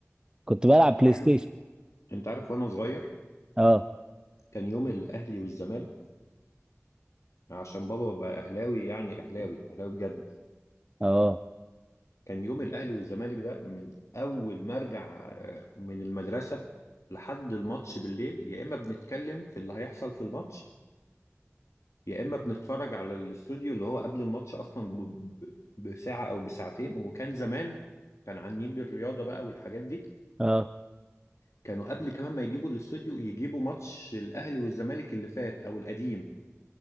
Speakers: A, on the right (about 15°); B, on the left (about 70°).
A: كنت بلعب بلاي
B: عارف
A: ستيشن
B: انت عارف وانا صغير
A: اه
B: كان يوم الاهلي والزمالك عشان بابا بقى اهلاوي يعني اهلاوي اهلاوي بجد
A: اه
B: كان يوم الاهلي والزمالك ده من اول ما ارجع آه، من المدرسه لحد الماتش بالليل يا اما بنتكلم في اللي هيحصل في الماتش يا اما بنتفرج على الاستوديو اللي هو قبل الماتش اصلا ب- ب- بساعه او بساعتين وكان زمان كان عن نيل الرياضه بقى والحاجات دي
A: اه
B: كانوا قبل كمان ما يجيبوا الاستوديو يجيبوا ماتش الاهلي والزمالك اللي فات او القديم